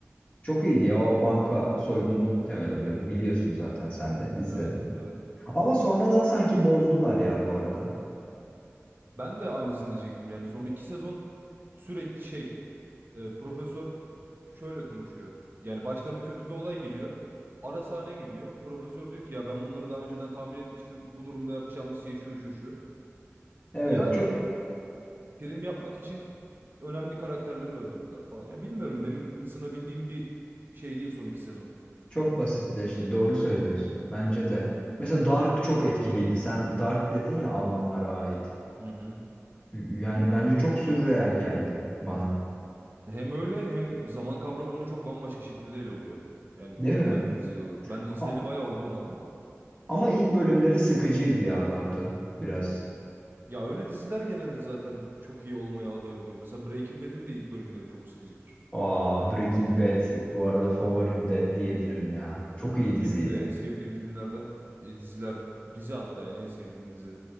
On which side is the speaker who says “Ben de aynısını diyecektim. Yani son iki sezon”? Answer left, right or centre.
Right